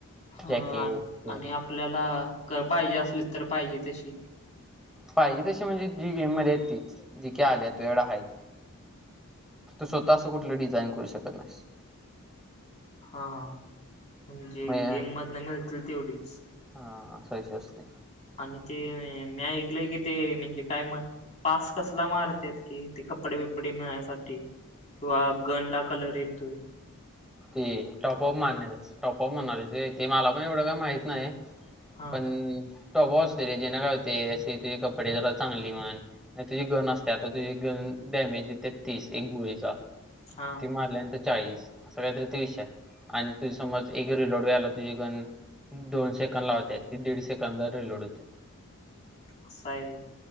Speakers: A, on the left; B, in the centre.
A: हा
B: जॅकेट ते
A: आणि आपल्याला पाहिजे असलीत तर पाहिजे तशी.
B: पाहिजे तशी म्हणजे जी गेममध्ये आहेत तीच जी की आल्यात तुझ्याकडं हायत. तू स्वतः असं कुठल डिझाईन करू शकत नाहीस.
A: हा हा म्हणजे
B: मग हे-
A: गेममधन मिळतील तेवढीच.
B: हा असा विषय असतोय.
A: आणि ते मी ऐकलंय की ते म्हणजे काय म पास कसला मारत्यात कि ते कपडे बिपडे मिळायसाठी. किंवा गन ला कलर येतोय.
B: ते टॉपऑफ मारण्याचं टॉपऑफ म्हणालयास व्हय ते मला पण एवढं काय माहित नाही.
A: हा
B: पण टॉपऑफ असतय रे तेन काय होतय. अशी तुझी कपडे जरा चांगली म्हण. नाय तुझी गण असत्या आता तुझी गन डॅमेज देत्या तीस एक गोळीचा.
A: हा
B: ती मारल्यानंतर चाळीस आस काय तरी तो विषय हाय. आणि तुझ समज एक रिलोड व्हायला तुझी गण. दोन सेकंड लावत्या ती दीड सेकंदड रिलोड होत्या
A: आस हाय व्हय.